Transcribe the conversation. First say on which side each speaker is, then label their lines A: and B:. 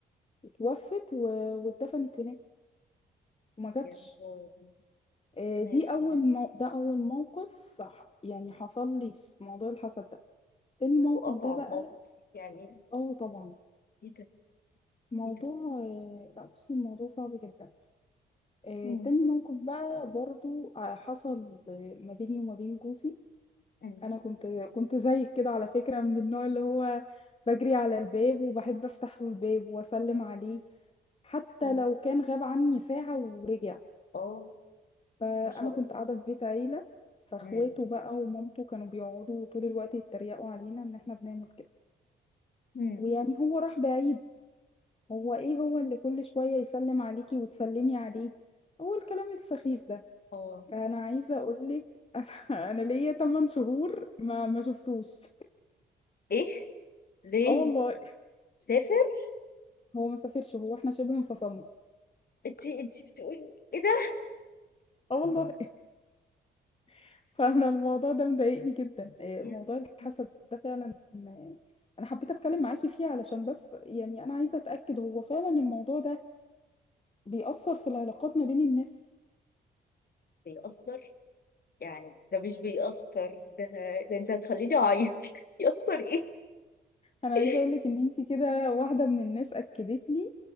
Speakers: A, on the left (about 30°); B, on the left (about 50°).
A: اتوفت و- واتدفنت هناك وما جاتش
B: يا هو
A: آه،
B: ربنا
A: دي
B: يرحمه
A: اول مو... ده اول موقف ح- يعني حصل لي في موضوع الحسد ده تاني موقف
B: واصعب
A: ده بقى
B: موقف يعني
A: اه طبعا
B: ايه ده
A: موضوع
B: ايه ده
A: آه، لا بصي الموضوع صعب جدا آه،
B: امم
A: تاني موقف بقى برضو آه، حصل آه، ما بيني وما بين جوزي
B: امم
A: انا كنت كنت زيك كده على فكرة من النوع اللي هو بجري على الباب وبحب افتح له الباب واسلم عليه حتى
B: اه
A: لو كان غاب عني ساعة ورجع
B: آه،
A: فانا
B: ما شاء
A: كنت
B: الله
A: قاعدة في بيت عيلة فاخواته
B: امم
A: بقى ومامته كانوا بيقعدوا طول الوقت يتريقوا علينا ان احنا بنعمل كده
B: امم
A: ويعني هو راح بعيد هو ايه هو اللي كل شوية يسلم عليكي وتسلمي عليه هو الكلام السخيف ده
B: اه
A: انا عايزة اقولك <laughs> انا ليا 8 شهور ما ما شفتوش
B: ايه ليه
A: اه والله
B: سافر
A: هو ما سافرش هو احنا شبه انفصلنا
B: انتي انتي بتقولي ايه ده
A: اه والله <laughs> فانا الموضوع ده مضايقني جدا إيه،
B: يا
A: موضوع الحسد
B: لهوي.
A: ده فعلا إن- انا حبيت اتكلم معاكي فيه علشان بس يعني انا عايزة اتأكد هو فعلا الموضوع ده بيأثر في العلاقات ما بين الناس
B: بيأثر يعني ده مش بيأثر ده ده انت هتخليني اعيط <laughs> يأثر
A: انا
B: ايه
A: عايزه اقول لك ان انتي كده واحده من الناس اكدت لي